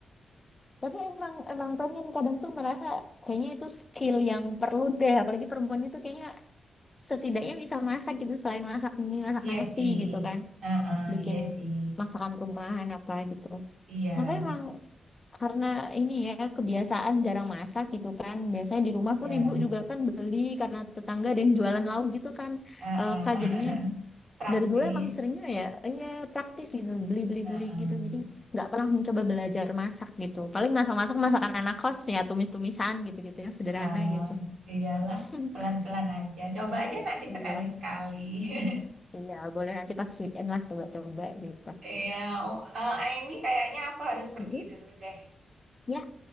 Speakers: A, on the left; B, on the right.
A: Tapi emang emang pengen kadang tuh merasa kayaknya itu skill yang perlu deh. Apalagi perempuan itu kayaknya setidaknya bisa masak gitu selain masak mie, masak
B: Iya
A: nasi
B: sih,
A: gitu kan.
B: Heeh,
A: Bikin
B: iya sih,
A: masakan rumahan apa gitu.
B: iya,
A: Tapi emang karena ini ya kebiasaan jarang masak gitu kan. Biasanya di rumah
B: iya,
A: pun ibu juga kan beli karena tetangga dan jualan lauk gitu kan.
B: Heeh,
A: Eh, Kak
B: <laughs>
A: jadinya
B: Praktis.
A: dari dulu emang seringnya ya ya praktis gitu beli beli
B: Heeh.
A: beli gitu jadi nggak pernah mencoba belajar masak gitu paling masak masak masakan anak kos ya tumis tumisan gitu gitu yang sederhana
B: Oh,
A: gitu
B: iyalah,
A: <laughs>
B: pelan-pelan aja. Coba aja nanti
A: iya
B: sekali-sekali. <laughs>
A: iya boleh nanti pas weekend lah coba coba gitu
B: Iya, oh, eh, ini kayaknya aku harus pergi
A: Mm-mm.
B: dulu deh.
A: ya